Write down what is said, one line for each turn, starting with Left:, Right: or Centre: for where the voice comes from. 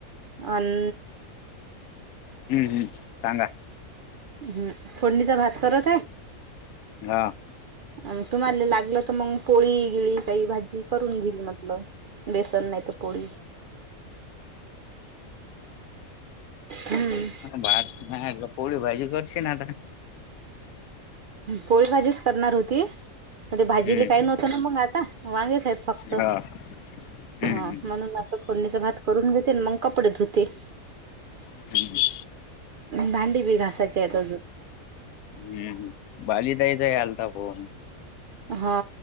Right: आण.
Left: हम्म हम्म सांगा.
Right: हम् फोडणीचा भात करत आहे.
Left: हां.
Right: अम तुम्हाले लागलं तर मग पोळी गिळी काही भाजी करून घेईल म्हटलं. बेसन नाहीेत पोळी. हम्म.
Left: भात नाही ग पोळी भाजी करश ना आता.
Right: पोळी भाजीच करणार होती. मग ते भाजीले
Left: हं,
Right: काही नव्हतं ना मंग आता वांगेच आहेत फक्त हा
Left: हा हं, हं,
Right: म्हणून. फोडणीचा भात करून घेते मग कपडे धुते.
Left: हं.
Right: भांडी बी घासाची आहेत अजून.
Left: हम्म हम बाली ताईचा आलता फोन.
Right: हा.